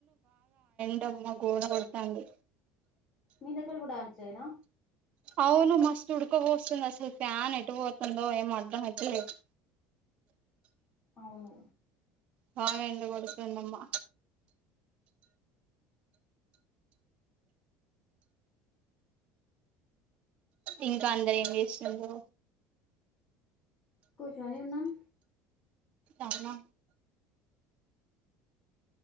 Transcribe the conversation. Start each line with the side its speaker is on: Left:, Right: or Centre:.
Right: అమ్మో ఘోర కొడతాంది
Left: మీ దగ్గర కూడా అంతేనా
Right: అవును మస్తు ఉడుకబస్తుంది అసలు ఫ్యాన్ ఎటు పోతుందో ఏం అర్థమైతలేదు
Left: అవును
Right: బాగా ఎండ కొడుతుదమ్మా ఇంకా అందరు ఏం చేస్తున్నారు
Left: కూర్చొని ఉన్నాం
Right: అవునా